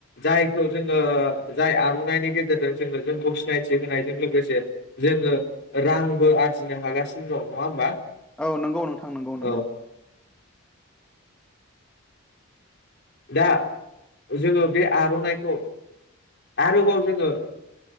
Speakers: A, on the left (about 50°); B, in the centre.
A: जायखौ जोङो जाय आर'नाइनि गेजेरजों जोङो जोंखौ सिनायथि होनायजों लोगोसे जोङो रांबो आरजिनो हागासिनो दं नङा होमबा
B: औ नंगौ‌ नोंथां थां नंगौ नंगौ
A: औ दा जोङो बे आर'नाइखौ आरोबाव जोङो